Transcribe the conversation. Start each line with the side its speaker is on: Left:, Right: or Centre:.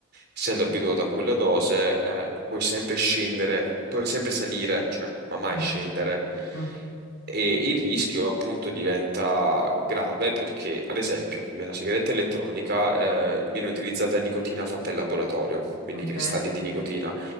Right: Essendo abituato a quella dose, eh, puoi sempre scendere, puoi sempre salire, cioè, ma mai
Left: Mhm,
Right: scendere.
Left: mhm.
Right: E il rischio appunto diventa grave perché, ad esempio, nella sigaretta elettronica eh, viene utilizzata nicotina fatta in laboratorio, quindi
Left: Ok.
Right: cristalli di nicotina